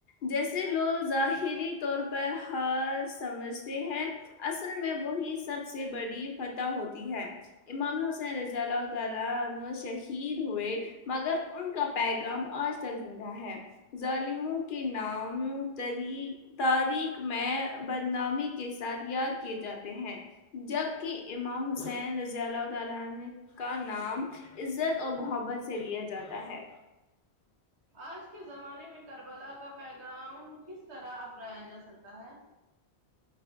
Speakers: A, on the left; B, on the right.
A: جیسے لوگ ظاہری طور پر ہار سمجھتے ہیں اصل میں وہی سب سے بڑی فتح ہوتی ہے امامے حسین رضی اللہ تعالی عنہ شہید ہوئے مگر ان کا پیغام آج تک زندہ ہے ظالموں کے نام تری تاریخ میں بدنامی کے ساتھ یاد کیے جاتے ہیں جبکی امام حسین رضی اللہ تعالی عنہ کا نام عزت اور محبت سے لیا جاتا ہے
B: آج کے زمانے میں کربلا کا پیغام کس طرح اپنایا جا سکتا ہے